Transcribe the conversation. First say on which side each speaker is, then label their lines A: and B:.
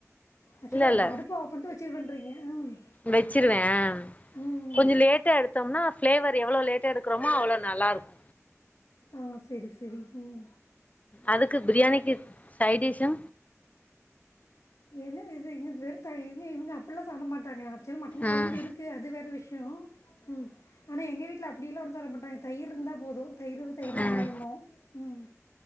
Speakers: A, on the left; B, on the left.
A: ஆக்சுவலாக
B: இல்ல இல்ல
A: அடுப்பை ஆஃப் பண்ணிட்டு வச்சிருவேன்றீங்க ம்
B: வெச்சிருவே அ
A: ம்
B: கொஞ்ச லேட்டா எடுத்தம்னா ஃப்ளேவர் எவ்ள லேட்டா எடுக்கறமோ அவ்ள நல்லாருக்கு
A: ஆ செரி செரி ம்
B: அதுக்கு பிரியாணிக்கு சைடிஸு
A: என்ன இது இங்க வெறு த இங்க இவுங்க அப்டில்லா சாப்ட மாட்டாங்க ஆக்சுவலா மட்டன்
B: ம்
A: கொழம்பு இருக் கு அது வேற விஷய ம் ஆனா எங்க வீட்ல அப்டியெல்லா ஒன்னு சொல்ல மாட்டாங்க தயிர் இருந்தா போது தயிரு தயிர்
B: ம்
A: வெங்காயமு ம்